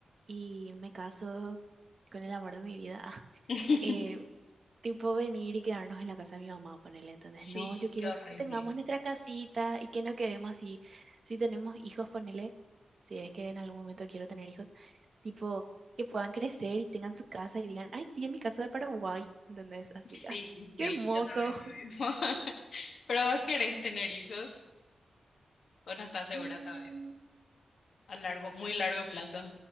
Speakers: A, on the right; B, on the left.
A: y me caso con el amor de mi vida,
B: <laughs>
A: <laughs> tipo venir y quedarnos en la casa de mi mamá, ponele. Entonces,
B: Sí,
A: no, yo quiero
B: qué horrible.
A: que tengamos nuestra casita y que no quedemos así. Si tenemos hijos, ponele, si es que en algún momento quiero tener hijos, tipo que puedan crecer y tengan su casa y digan, ay, sí, en mi casa de Paraguay. Entonces, así,
B: Sí,
A: ay,
B: sí,
A: qué hermoso.
B: yo también
A: <laughs>
B: lo mismo. <laughs> ¿Pero vos querés tener hijos o no estás segura
A: Mm,
B: todavía? A largo, muy largo plazo